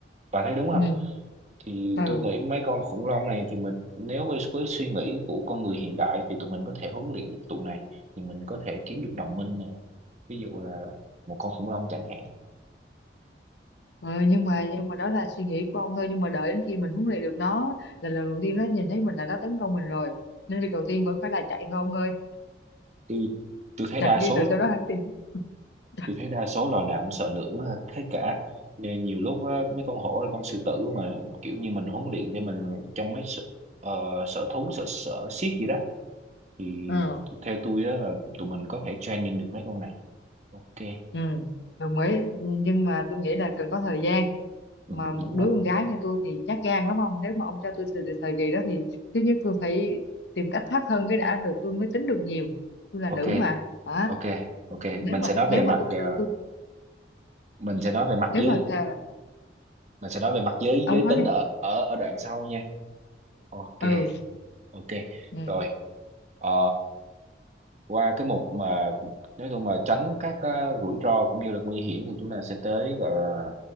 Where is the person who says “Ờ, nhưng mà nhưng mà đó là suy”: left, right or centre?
Left